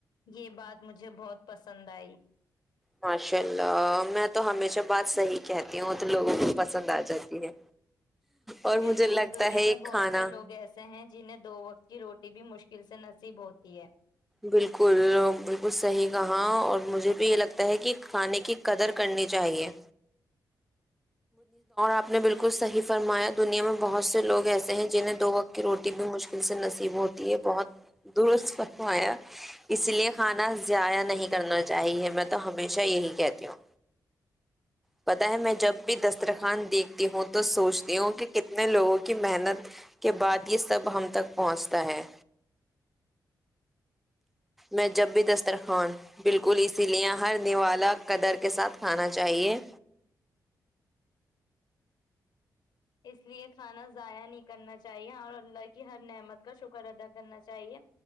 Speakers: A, on the left; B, in the centre.
A: یہ بات مجھے بہت پسند آئی
B: ماشاء اللہ میں تو ہمیشہ بات صحیح کہتی ہوں تو لوگوں کو پسند آ جاتی ہے اور
A: بالکل
B: مجھے لگتا
A: دنیا
B: ہے
A: میں
B: یہ
A: بہت
B: کھانا
A: سے لوگ ایسے ہیں جنہیں دو وقت کی روٹی بھی مشکل پھر سے نصیب ہوتی ہے
B: بالکل بالکل صحیح کہا اور مجھے بھی یہ لگتا ہے کہ کھانے کی قدر کرنی چاہیے آپ نے بالکل صحیح فرمایا دنیا میں بہت سے لوگ ایسے ہیں جنہیں دو وقت کی روٹی بھی مشکل سے نصیب ہوتی بہت درست اس لیے کھانا ضیاع نہیں کرنا چاہیے مب تو ہمیشہ یہی کہتی ہوں پتا ہے میں جب بھی دسترخوان دیکھتی ہوں تو سوچتی ہوں کہ کتنے لوگوں کی محنت کے بعد یہ سب ہم تک پہنچتا ہے میں جب بھی دسترخوان بالکل اسی لیے ہر نوالا قدر کے ساتھ کھانا چاہیے
A: اس لیے کھانا ضائع نہیں کرنا چاہیے اور اللہ کی ہر نعمت کا شکر ادا کرنا چاہیے